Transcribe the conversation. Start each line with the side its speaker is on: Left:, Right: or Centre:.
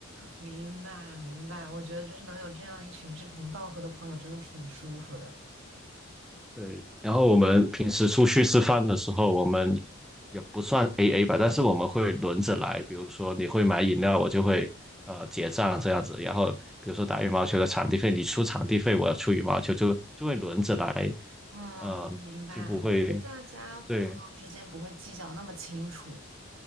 Right: 明白，明白。我觉得就是能有这样一群志同道合的朋友，真的挺舒服的。
Centre: 对，然后我们平时出去吃饭的时候，我们也不算 AA 吧，但是我们会轮着来。比如说你会买饮料，我就会呃结账这样子。然后比如说打羽毛球的场地费，你出场地费，我要出羽毛球，就就会轮着来，
Right: 啊，
Centre: 呃，
Right: 我明白，
Centre: 就不会，
Right: 就大家朋友之间不会计较那么清楚。
Centre: 对